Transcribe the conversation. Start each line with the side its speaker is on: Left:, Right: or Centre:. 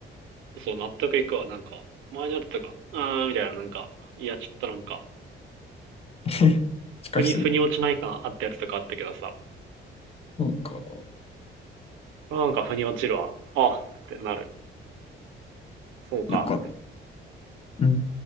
Right: そう、納得いくわ。なんか、前のやつとか、あーみたいな、なんか、いや、ちょっとなんか、
Left: <laughs> しかし
Right: 腑に、腑に落ちない感あったやつとかあったけどさ、
Left: そうか。
Right: これはなんか腑に落ちるわ。あってなる。そうか。
Left: よかった。うん